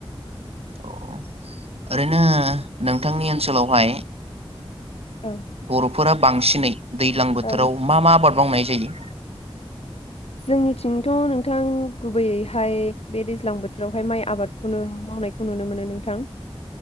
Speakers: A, on the right; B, on the left.
A: अ ओरैनो नोंथांनि ओनसोलावहाय
B: औ
A: बर' फोरा बांसिनै दैलां बोथोराव
B: औ
A: मा मा आबाद मावनाय जायो?
B: जोंनिथिंथ नोंथां गुबैयैहाय बे दैज्लां बोथोरावहाय माइ आबादखौनो मावनायखौ नुनो मोनो नोंथां।